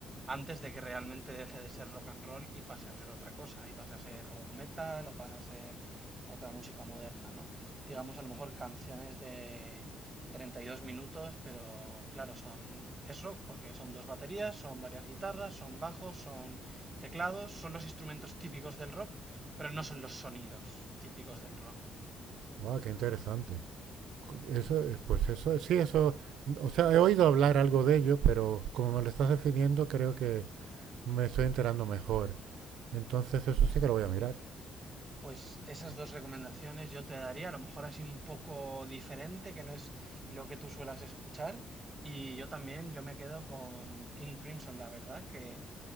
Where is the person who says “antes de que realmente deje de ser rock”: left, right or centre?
Right